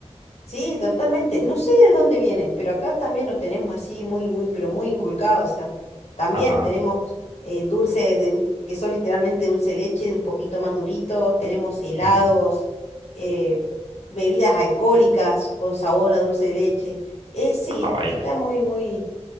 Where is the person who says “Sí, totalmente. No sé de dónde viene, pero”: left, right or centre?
Left